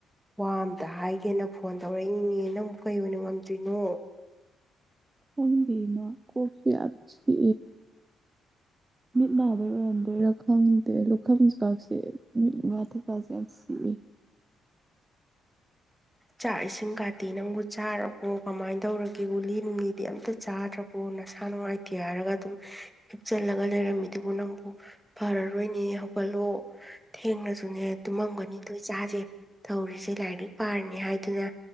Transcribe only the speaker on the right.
ꯍꯪꯕꯤꯃ ꯀꯣꯐꯤ ꯍꯥꯁꯤ ꯃꯤꯠ ꯅꯥꯕꯩ ꯑꯣꯏꯔꯝꯗꯣꯏꯔ ꯈꯪ ꯂꯨꯈ ꯑꯃ ꯑꯃꯁꯨꯡ ꯀꯥꯥꯁꯁꯤꯦ ꯋꯥꯊ ꯀꯥꯁꯁꯤꯦ ꯑꯁꯤ